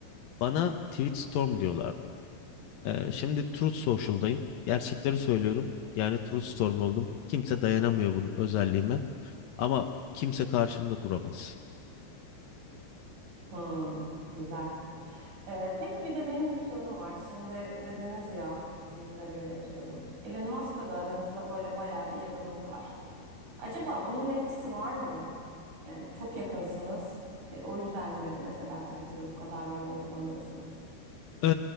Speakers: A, on the left; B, on the right.
A: Bana Tweetstorm diyorlardı. Ee, şimdi Truth Social'dayım. Gerçekleri söylüyorum. Yani Truth Storm oldum. Kimse dayanamıyor bunun özelliğime. Ama kimse karşımda duramaz.
B: Hmm, güzel. Ee, peki bir de benim bir sorum var. Şimdi dediniz ya tweetleri yönetiyorum. Elon Musk'la da aranızda böyle bayağı bir yakınlık var. Acaba bunun etkisi var mı? Yani çok yakınsınız. E, o yüzden mi mesela Twitter'ı bu kadar yoğun kullanıyorsunuz?
A: Ee,